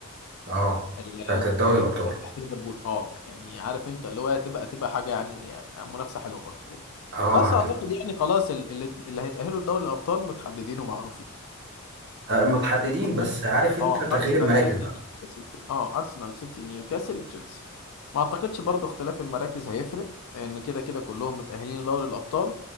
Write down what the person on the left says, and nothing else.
ال...
ال...
تحت ليفربول اه يعني عارف انت اللي هو تبقى تبقى حاجه يعني منافسه حلوه برضه
بس
اعتقد يعني خلاص ال- اللي, اللي هيتاهلوا لدوري الابطال متحددين ومعروفين
أقبل
اه
ارسنال
سيتي
نيوكاسل اه ارسنال سيتي نيوكاسل تشيلسي ما اعتقدش برضو اختلاف المراكز هيفرق ان كده كده كلهم متأهلين لدوري الابطال